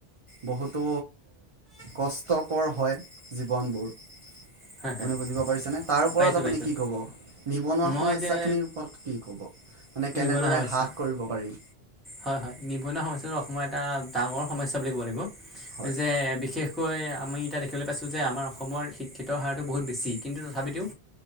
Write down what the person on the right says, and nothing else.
বহুতো কষ্টকৰ হয় জীৱনবোৰ। আপুনি
বুজিব পাৰিছেনে? তাৰ ওপৰত
আপুনি
কি ক'ব? নিবনুৱা
সমস্যা
খিনিৰ ওপৰত কি ক'ব? মানে কেনেদৰে
হ্ৰাস কৰিব পাৰি?
হয়